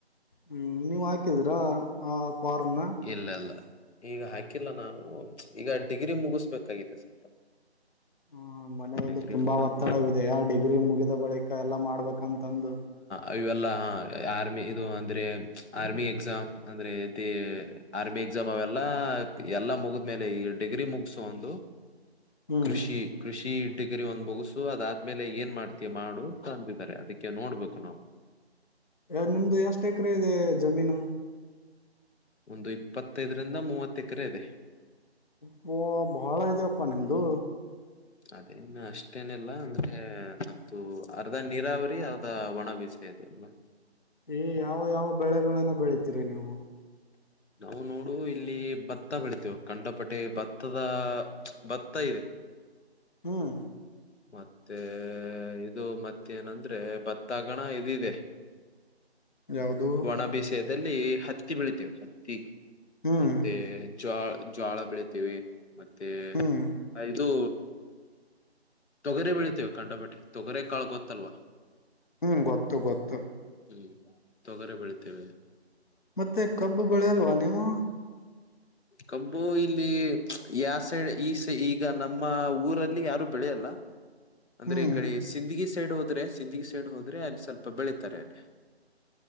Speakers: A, on the left; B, on the left.
A: ಹ್ಮ್ ನೀವ್ ಹಾಕಿದೀರಾ ಆ. ಫಾರ್ಮ್ನ
B: ಇಲ್ಲ ಇಲ್ಲ ಈಗ ಹಾಕಿಲ್ಲ ನಾನೂ ಪ್ಚ್ ಈಗ ಡಿಗ್ರಿ ಮುಗಿಸ್ಬೇಕಾಗಿದೆ ಸ್ವಲ್ಪ.
A: ಹ್ಮ ಮನೆಯಲ್ಲಿ
B: ಡಿಗ್ರಿ
A: ತುಂಬಾ
B: ಮುಗಿಸ್ಬೇಕು
A: ಒತ್ತಡವಿದೆಯಾ ಆ ಡಿಗ್ರಿ ಮುಗಿದ ಬಳಿಕ ಎಲ್ಲಾ ಮಾಡ್ಬೇಕಂತಂದು.
B: ಅಇವೆಲ್ಲ ಆ <unintelligible> ಆರ್ಮಿ ಇದು ಅಂದ್ರೆ ಪ್ಚ್ ಆರ್ಮಿ ಎಕ್ಸಾಮ್ ಅಂದ್ರೆ ದೆ ಆರ್ಮಿ ಎಕ್ಸಾಮ್ ಅವೆಲ್ಲಾ ಆ <unintelligible> ಎಲ್ಲಾ ಮುಗಿದ್ಮೇಲೆ ಈ ಡಿಗ್ರಿ ಮುಗ್ಸು ಒಂದು.
A: ಹ್ಮ್
B: ಕೃಷಿ ಕೃಷಿ ಇಟ್ಟಗರಿ ಒಂದ್ ಮುಗುಸು ಅದಾದ್ಮೇಲೆ ಏನ್ ಮಾಡ್ತೀಯ ಮಾಡು <unintelligible> ತಾರೆ ಅದಕ್ಕೆ ನೋಡ್ಬೇಕು ನಾವು.
A: ಯ ನಿಮ್ದ ಎಷ್ಟ ಎಕರೆ ಇದೆ ಜಮೀನು.
B: ಒಂದು ಇಪ್ಪತ್ತೈದರಿಂದ ಮೂವತ್ತ ಎಕ್ರೆ ಇದೆ.
A: ಯಪ್ಪೋ ಬಾಳ ಇದೆಯಪ್ಪಾ ನಿಮ್ದು.
B: ಅದೇನ್ ಅಷ್ಟೇನಿಲ್ಲ ಅಂದ್ರೆ ನಮ್ದು ಅರ್ಧ ನೀರಾವರಿ ಅರ್ಧ ಒಣ ಬೀಸ್ ಎ ಅದೇ <unintelligible>
A: ಏ ಯಾವ ಯಾವ ಬೆಳೆಗಳನ್ನ ಬೆಳಿತೀರಿ ನೀವು..
B: ನಾವು ನೋಡು ಇಲ್ಲಿ ಭತ್ತ ಬೆಳಿತೇವಿ ಕಂಡಪಟೆ ಭತ್ತದ ಪ್ಚ್ ಭತ್ತ ಇದೆ.. ಹ.
A: ಹ್ಮ್.
B: ಮತ್ತೆ ಇದು ಮತ್ತೆನಂದ್ರೆ ಭತ್ತ ಆಗಣ ಇದದೆ.
A: ಯಾವುದು
B: ಒಣ ಬೆಸೆದಲ್ಲಿ ಹತ್ತಿ ಬೆಳಿತಿವಿ ಹತ್ತಿ..
A: ಹ್ಮ್
B: ಮತ್ತೆ ಜ್ವಾಳ್ ಜ್ವಾಳಾ ಬೆಳತೀವಿ. ಮತ್ತೆ
A: ಹ್ಮ್
B: ಅ ಇದು. ತೊಗರಿ ಬೆಳಿತಿವಿ ಕಂಡಪಟ್ಟಿ ತೊಗರೆ ಕಾಳ ಗೊತ್ತಲ್ವಾ.
A: ಹ್ಮ್ ಗೊತ್ತು ಗೊತ್ತು.
B: ಹ್ಮ್ ತೊಗರೆ ಬೆಳತೇವೆ.
A: ಮತ್ತೆ ಕಬ್ಬು ಬೆಳೆ ಅಲ್ವಾ ನೀವು.
B: ಕಬ್ಬು ಇಲ್ಲಿ ಯ ಸೈಡ್ ಈ ಈಗ ನಮ್ಮ ಊರಲ್ಲಿ. ಲ್ಲಿ ಯಾರು ಬೆಳೆಯಲ್ಲ ಅಂದ್ರೆ
A: ಹ್ಮ್
B: ಈ ಕಡೆ ಸಿಂದಗಿ ಸೈಡ್ ಹೋದ್ರೆ. ತಿಂದಗ ಸೈಡ್ ಹೋದ್ರೆ ಅಲ್ಲಿ ಸ್ವಲ್ಪ ಬೆಳೀತಾರೆ ಅಲ್ಲಿ.